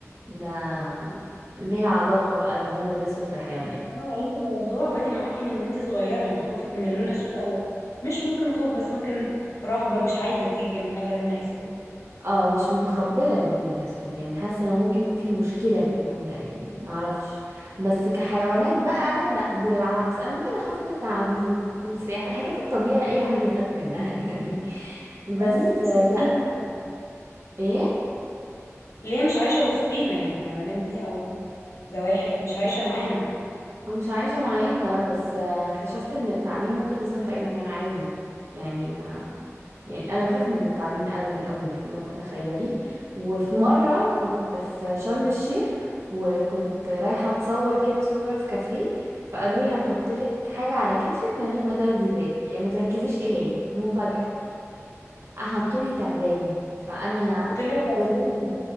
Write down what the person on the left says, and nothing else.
اه يعني انت الموضوع بادئ معاكي من وانت صغيره ان خوفك من اللون الاسود او مش ممكن خوف بس ممكن رهبه مش عايزه تيجي جنب حاجه لونها اسود
مم.
هو ليه مش
وسطينا كده كده؟
اللي هي مش عايشه وسطينا يعني الحيوانات دي او زواحف مش عايشه معانا
وطلعت عدوان.